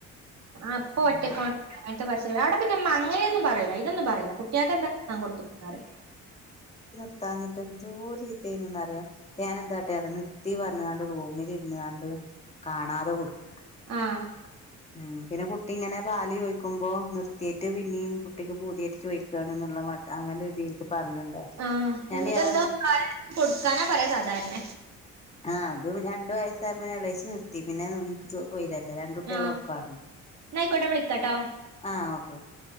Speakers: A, on the right (about 60°); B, on the left (about 20°).
A: അപ്പൊ ഒറ്റക്ക
B: അങ്ങനെ
A: പടശ്ശേനെ അവിടെ പിന്നെ അങ്ങനെയൊന്നും പറയില്ല ഇതൊന്നും പറയില്ല കുട്ടികൾക്ക്എന്താതിന്നാൻ കൊടുത്തോന്നപറയും
B: ത്താഞ്ഞിട്ട് എന്തോ ചീത്തേനറിയോ ഞാൻ എന്താട്ടെ ഇ നിർത്തി പറഞ്ഞ കണ്ട് റൂമിൽ ഇന്ന് കണ്ട് കാണാതെ കൊടുക്കും
A: ആഹ്
B: ഉം പിന്നെ കുട്ടി ഇങ്ങനെ പാല് ചോദിക്കുമ്പോ നിർത്തിയട്ട് പിന്നെയും കുട്ടിക്ക് പൂതിയായിട്ട് നിക്കന്നെന്നുള്ള മട്ട അങ്ങന രീതി പറഞ്ഞണ്ടാക്കി
A: ആഹ്
B: ഞാൻന്റെ
A: എന്ത്
B: ആ
A: എന്താ കൊടുക്കാനാ പറയാ സാധാരണ
B: ആഹ് അതും രണ്ട വയസ്സായുമ്പോ എളേശി നിർത്തി പിന്നെ എനിക്ക് തോന്ന പോയിരല്ല രണ്ട കുട്ടികള
A: ആഹ്
B: ഒപ്പാണ്
A: ന്നാ ആയിക്കോട്ടെ വിളിക്കാട്ടോ
B: ആ ഓക്കെ ഓക്കെ